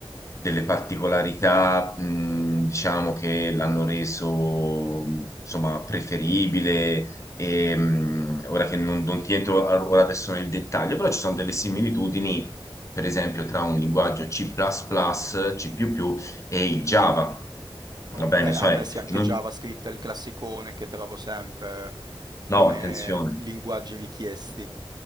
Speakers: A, on the left; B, on the right.
A: delle particolarità, mh, diciamo, che l'hanno reso, mh, insomma, preferibile e, mh, ora che non, non ti entro a- ora adesso nel dettaglio, però ci sono delle similitudini, per esempio, tra un linguaggio C++, C++ e il Java. Va
B: Ok,
A: bene,
B: ah
A: cioè,
B: beh sì, anche
A: non-
B: JavaScript è il classicone che trovo sempre
A: no,
B: come
A: attenzione,
B: linguaggi richiesti.